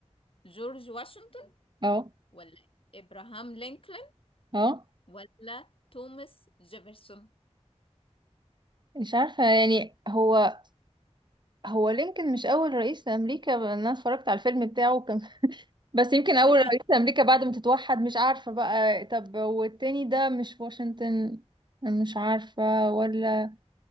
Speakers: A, on the left; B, on the right.
A: جورج واشنطن
B: اه
A: ولا ابراهام لينكولن
B: اه
A: ولا توماس جيفرسون
B: مش عارفة يعني هو هو لينكولن مش اول رئيس لامريكا ب- انا اتفرجت على الفيلم بتاعه كان <laughs> بس يمكن اول
A: <laughs>
B: رئيس لامريكا بعد ما تتوحد مش عارفه بقى طب والتاني ده مش واشنطن مش عارفه ولا